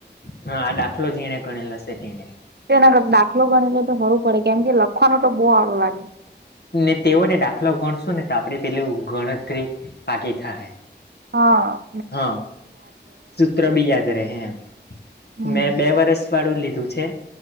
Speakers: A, on the left; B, on the right.
A: હા આ દાખલો જીણે ગણેલો શે તેણે
B: તેના ગર દાખલો ગણીલે તો હોરુ પડે, કેમ કે લખવાનો તો બહુ આડો લાગે.
A: ને તેઓને દાખલો ગણશું ને તો આપડી પેલુ ગણતરી પાકી થાહે
B: હ.
A: હ સૂત્ર બી યાદ રેહે એમેં
B: હમ
A: બે વર્ષ વાળું લીધું છે.